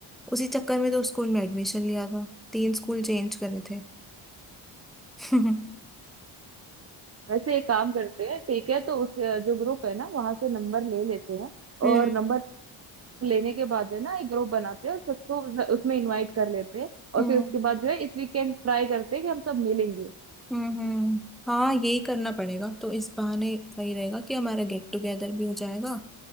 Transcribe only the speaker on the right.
वैसे एक काम करते हैं ठीक है तो उस अ, जो ग्रुप है ना वहां से नंबर ले लेते हैं
और नंबर लेने के बाद है ना एक ग्रुप बनाते हैं और सबको उस- उसमें इनवाइट कर लेते हैं और
फिर उसके बाद जो है इस वीकेंड ट्राई करते हैं कि हम सब मिलेंगे